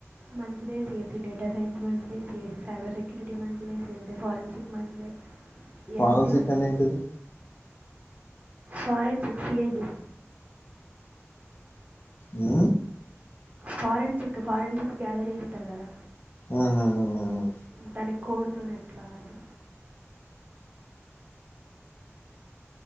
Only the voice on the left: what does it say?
ఫారం సిక్
అంటే ఏంటిది
ఆ
ఆహ